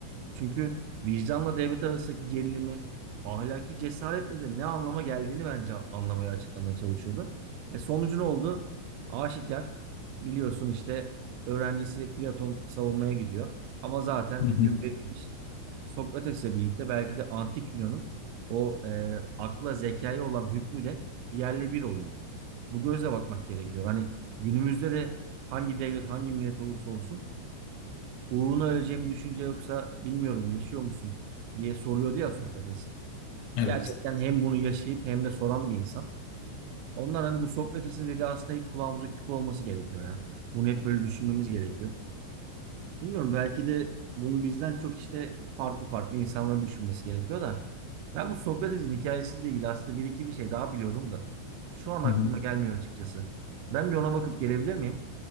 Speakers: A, on the right; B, on the left.
A: Çünkü vicdanla devlet arasındaki gerilimi ahlaki cesaretle de ne anlama geldiğini bence anlamaya açıklamaya çalışıyordu. E sonucu ne oldu? Aşikar biliyorsun işte öğrencisi Platon savunmaya gidiyor. Ama zaten
B: Hı
A: hüküm
B: hı.
A: verilmiş. Sokrates'le birlikte belki de antik Yunan'ın o e, akla zekaya olan hükmü de yerle bir oluyor. Bu gözle bakmak gerekiyor. Hani günümüzde de hangi devlet hangi millet olursa olsun uğruna öleceğimi düşünce yoksa bilmiyorum yaşıyor musun diye soruyordu ya Sokrates.
B: Evet.
A: Gerçekten hem bunu yaşayıp hem de soran bir insan. Ondan hani bu Sokrates'in dediği aslında hep kulağımıza küpe olması gerekiyor ya. Bunu hep böyle düşünmemiz gerekiyor. Bilmiyorum belki de bunu bizden çok işte farklı farklı insanların düşünmesi gerekiyor da. Ben bu Sokrates'in hikayesiyle ilgili aslında bir iki bir şey daha biliyordum da. Şu an aklıma
B: Hı hı.
A: gelmiyor açıkçası. Ben bir ona bakıp gelebilir miyim?